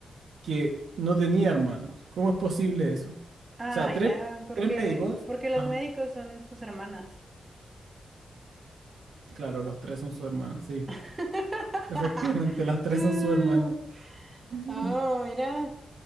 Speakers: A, on the right; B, on the right.
A: que no tenía hermanos. ¿Cómo es posible eso? O
B: Ah,
A: sea, tres,
B: ya, porque,
A: tres médicos.
B: porque los
A: Ajá.
B: médicos son sus hermanas.
A: Claro, los tres son su hermana, sí.
B: <laughs>
A: Efectivamente, las tres son su hermana. <laughs>
B: Oh, mira,